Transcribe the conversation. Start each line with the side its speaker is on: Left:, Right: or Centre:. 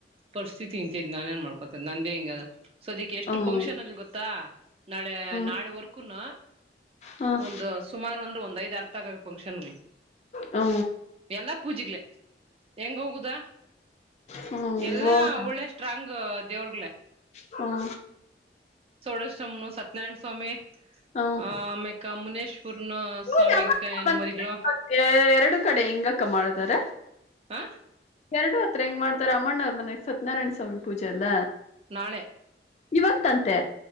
Right: ಪರಿಸ್ಥಿತಿ ಇಂತ ನಾನೇಏನ್ ಮಾಡ್ಕೊತದ ನಂದೇ ಹಿಂಗದ ಸೊ ಅದಕ್ಕೆ ಎಷ್ಟು
Left: ಹ್ಮ್
Right: ಫಂಕ್ಷನ್ ಅಲ್ಲಿ ಗೊತ್ತಾ ನಾಳೆ ನಾಳೆ
Left: ಹ್ಮ್
Right: ವರ್ಕೂನು
Left: ಹ್ಮ್
Right: ಒಂದು ಸುಮಾರು ಅಂದ್ರೆ ಒಂದ್ ಐದ್ರ್ತಗಾವ ಫಂಕ್ಷನ್ಗಳು
Left: ಹ್ಮ
Right: ಎಲ್ಲಾ ಪೂಜೆಗ್ಲೆ ಹೆಂಗ ಹೋಗುದ
Left: ಹ್ಮ್
Right: ಎಲ್ಲ
Left: ಹೋಗ
Right: ಒಳ್ಳೆ ಸ್ಟ್ರಾಂಗ್ ದೇವ್ರಗ್ಗಳ
Left: ಹ್ಮ
Right: ಸೋಡೇಶ್ವಮ್ನು ಸತ್ಯನಾರಾಯಣ ಸ್ವಾಮಿ
Left: ಹ್ಮ್
Right: ಆಮೇಕ ಮುನೇಶ್ಪೂರ್ನು
Left: ಇವ್ರ್
Right: ಸ್ವಾಮ
Left: ಅಮ್ಮನ್
Right: ಎನ
Left: ಮನೆಗ್
Right: ಮಾಡ್ರಿಕ
Left: ಎರಡು ಕಡೆ ಇಂಗಕ್ಕ ಮಾಡತಾರ
Right: ಆ
Left: ಎರಡು ಹತ್ರ ಹೆಂಗ ಮಾಡ್ತಾರೆ ಅಮ್ಮಣ್ಣ್ ಮನೆಗೆ ಸತ್ಯನಾರಾಯಣ ಸ್ವಾಮಿ ಪೂಜೆ ಎಲ್ಲ
Right: ನಾಳೆ
Left: ಇವತ್ತಂತೆ